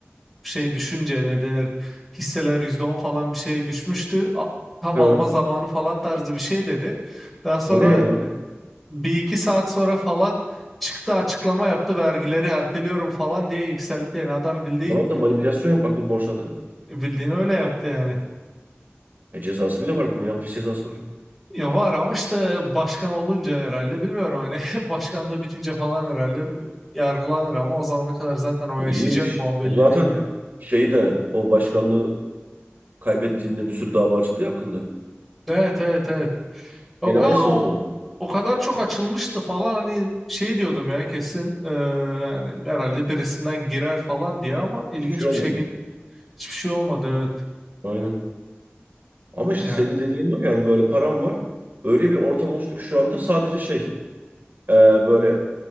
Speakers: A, in the centre; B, on the right.
A: şey düşünce ne denir hisseler %10 falan bir şey düşmüştü. A- tam
B: hı.
A: alma zamanı falan tarzı bir şey dedi. Daha sonra
B: O ne ya?
A: bir iki saat sonra falan çıktı açıklama yaptı vergileri erteliyorum falan diye yükseltti. Yani adam bildiğin
B: Tamam da manipülasyon yapmak bu borsada.
A: bildiğini öyle yaptı yani.
B: E cezası bile var bunun ya. Hapis cezası var.
A: Ya var ama işte başkan olunca herhalde bilmiyorum hani <laughs> başkanlığı bitince falan herhalde yargılanır ama o zamana kadar zaten o
B: E,
A: yaşayacak
B: iyiymiş.
A: mı o belli
B: O zaten
A: değil yani.
B: şeyi de o başkanlığı kaybettiğinde bir sürü dava açıldı ya hakkında.
A: Evet evet evet. Ya
B: Gene
A: ben
B: aynısı
A: o,
B: olacak.
A: o kadar çok açılmıştı falan hani şey diyordum ya kesin e, yani herhalde birisinden girer falan diye ama ilginç
B: Hiçbir şey olmadı.
A: bir şekilde hiçbir şey olmadı evet.
B: Aynen. Ama işte
A: Yani
B: senin dediğin var ya hani böyle param var. Öyle bir ortam oluştu ki şu anda sadece şey e, böyle